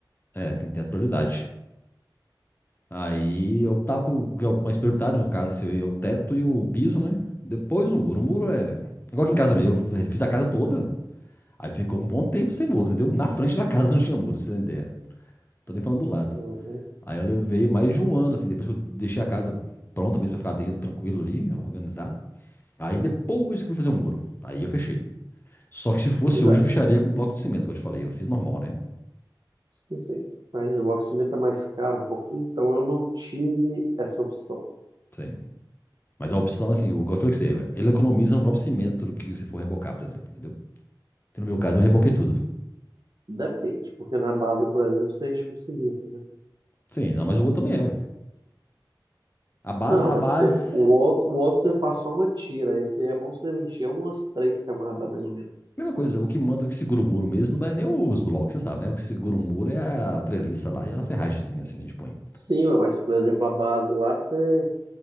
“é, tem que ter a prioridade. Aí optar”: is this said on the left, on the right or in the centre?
Left